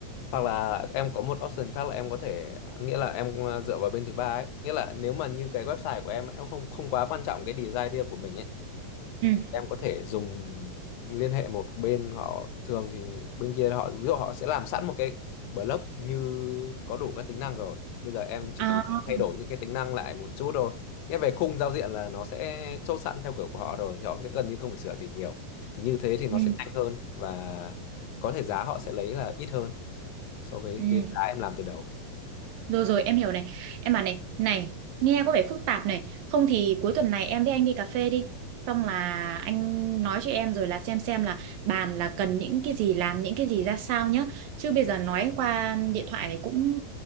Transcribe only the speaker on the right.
ừ
à
ừ
ừ
rồi rồi em hiểu này em bảo này này nghe có vẻ phức tạp này không thì cuối tuần này em với anh đi cà phê đi xong là anh nói cho em rồi là xem xem là bàn là cần những cái gì làm những cái gì ra sao nhá chứ bây giờ nói qua điện thoại này cũng